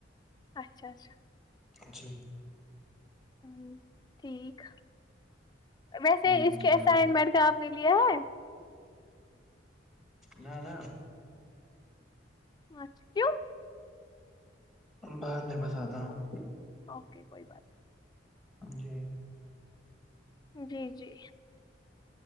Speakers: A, on the left; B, in the centre.
A: اچھا اچھا
B: جی
A: ہوں ٹھیک ویسے
B: ہاں
A: اس کے
B: جی
A: اسائنمنٹ
B: اور
A: کا آپ نے لیا ہے
B: نہ نہ
A: اچھا کیوں
B: بعد میں بتاتا ہوں
A: اوکے کوئی بات نہیں
B: جی
A: جی جی